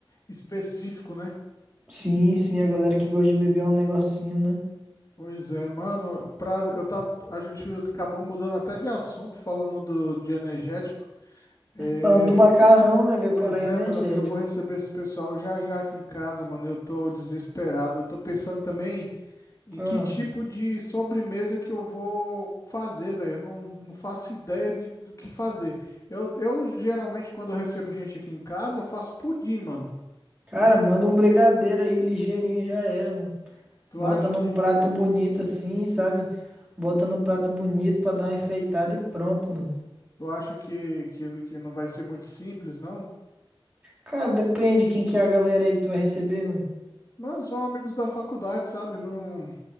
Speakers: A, on the left; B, on the right.
A: específico, né?
B: Sim, sim, a galera que gosta de beber é um negocinho, né?
A: Pois é, mano, pra, eu tava, a gente acabou mudando até de assunto, falando do, de energético. É,
B: Falando do macarrão, né? Veio
A: pois
B: parar em
A: é,
B: energético.
A: mano, é porque eu vou receber esse pessoal já já aqui em casa, mano. Eu tô desesperado. Eu tô pensando também em
B: Ah,
A: que tipo de sobremesa que eu vou fazer, velho. Eu não, não faço ideia de, do que fazer. Eu, eu geralmente, quando eu recebo gente aqui em casa, eu faço pudim, mano.
B: cara,
A: Mas
B: manda
A: tu,
B: um brigadeiro aí, ligeirinho, já era, mano.
A: tu
B: Bota
A: acha
B: num
A: que,
B: prato bonito assim, sabe? Bota num prato bonito pra dar uma enfeitada e pronto, mano.
A: tu acha que, que, que não vai ser muito simples, não?
B: Cara, depende quem que é a galera aí que tu vai receber, mano.
A: Mano, são amigos da faculdade, sabe? Não,